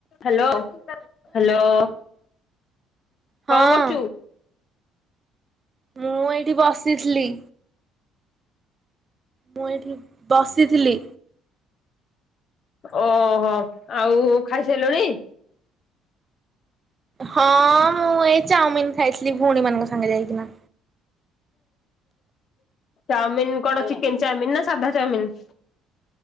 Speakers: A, on the left (about 50°); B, on the right (about 30°).
A: Hello. Hello.
B: ହଁ
A: କଣ କରୁଚୁ?
B: ମୁଁ ଏଇଠି ବସିଥିଲି। ମୁଁ ଏଇଠି ବସିଥିଲି
A: ଓ ହୋ ଆଉ ଖାଇସାରିଲୁଣି?
B: ହଁ। ମୁଁ ଏଇ ଚାଉମିିନ ଖାଇଥିଲି ଭଉଣୀ ମାନଙ୍କ ସାଙ୍ଗେ ଯାଇକିନା।
A: ଚାଉମିିନ କଣ ଚିକେନ ଚାଉମିିନ ନା ସାଧା ଚାଉମିିନ?